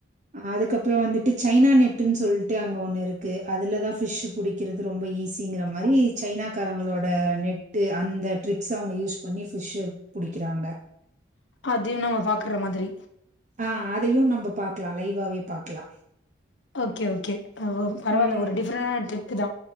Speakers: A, on the right; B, on the left.
A: அதுக்கப்றோ வந்துட்டு சைனா நெட்டுன்னு சொல்ட்டு அங்க ஒண்ணு இருக்கு அதுலதா ஃபிஷ்சு புடிக்கிறது ரொம்ப ஈஸிங்கிற மாரி சைனாக்காரங்களோட நெட் ட்டு அந்த ட்ரிக்ஸ் அவங்க யூஸ் பண்ணி பிஷ்சு புடிக்கிறாங்க
B: அதையு நம்ம பாக்குற மாதிரி
A: ஆ அதையு நம்ம பாக்கலா லைவாவே பாக்லா
B: ஓகே ஓகே ஓ பரவால்ல
A: ம்.
B: ஒரு டிஃப்ரெண்டான ட்ரிப் தா